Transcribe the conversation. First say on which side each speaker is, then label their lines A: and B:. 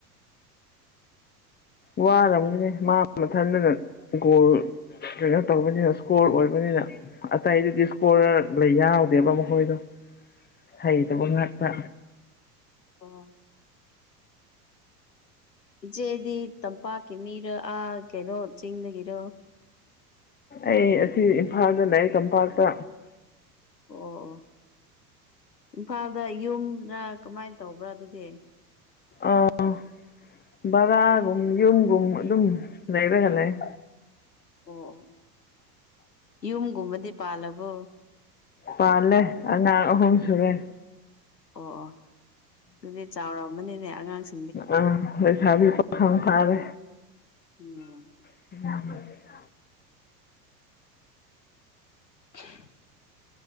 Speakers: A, on the left; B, on the left.
A: ꯋꯥꯔꯝꯅꯤꯅꯦ ꯃꯥ ꯃꯊꯟꯇꯅ ꯒꯣꯜ ꯀꯩꯅꯣ ꯇꯧꯕꯅꯤꯅ ꯏꯁꯀꯣꯔ ꯑꯣꯏꯕꯅꯤꯅ ꯑꯇꯩꯗꯨꯗꯤ ꯏꯁꯀꯣꯔ ꯂꯩ ꯌꯥꯎꯗꯦꯕ ꯃꯈꯣꯏꯗꯣ ꯍꯩꯇꯕ ꯉꯥꯛꯇ
B: ꯑꯣ ꯏꯆꯦꯗꯤ ꯇꯝꯄꯥꯛꯀꯤ ꯃꯤꯔꯣ ꯑꯥ ꯀꯩꯅꯣ ꯆꯤꯡꯗꯒꯤꯔꯣ
A: ꯑꯩ ꯑꯁꯤ ꯏꯝꯐꯥꯜꯗ ꯂꯩꯌꯦ ꯇꯝꯄꯥꯛꯇ
B: ꯑꯣ ꯑꯣ ꯏꯝꯐꯥꯜꯗ ꯌꯨꯝꯔ ꯀꯃꯥꯏ ꯇꯧꯕ꯭ꯔꯥ ꯑꯗꯨꯗꯤ
A: ꯑꯥ ꯕꯔꯥꯒꯨꯝ ꯌꯨꯝꯒꯨꯝ ꯑꯗꯨꯝ ꯂꯩꯔꯒ ꯂꯩꯌꯦ
B: ꯑꯣ ꯑꯣ ꯌꯨꯝꯒꯨꯝꯕꯗꯤ ꯄꯥꯜꯂꯕꯣ
A: ꯄꯥꯜꯂꯦ ꯑꯉꯥꯡ ꯑꯍꯨꯝ ꯁꯨꯔꯦ
B: ꯑꯣ ꯑꯣ ꯑꯗꯨꯅꯦ ꯆꯥꯎꯔꯝꯃꯅꯤꯅꯦ ꯑꯉꯥꯡꯁꯦ
A: ꯑꯥ ꯂꯩꯁꯥꯕꯤ ꯄꯥꯈꯪ ꯐꯥꯔꯦ
B: ꯎꯝ
A: ꯂꯥꯡꯒꯅꯨ <unintelligible>
B: <inaudible>